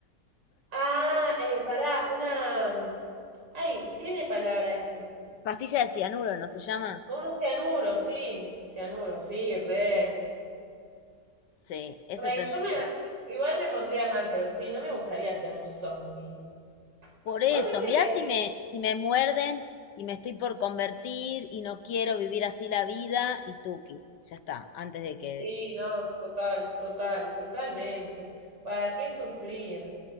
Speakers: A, on the right (about 80°); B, on the left (about 75°).
A: Ah, eh, pará, una... Ay, tiene palabra esto.
B: Pastilla de cianuro, ¿no se llama?
A: Un cianuro, sí. Cianuro, sí, re.
B: Sí, eso
A: Re,
B: tendría.
A: yo me. Igual me pondría mal, pero sí, no me gustaría ser un zombie.
B: Por eso,
A: Vos viste
B: mirá
A: que.
B: si me, si me muerden y me estoy por convertir y no quiero vivir así la vida y tuki, ya está, antes de que...
A: Sí, no, total, total, totalmente. ¿Para qué sufrir?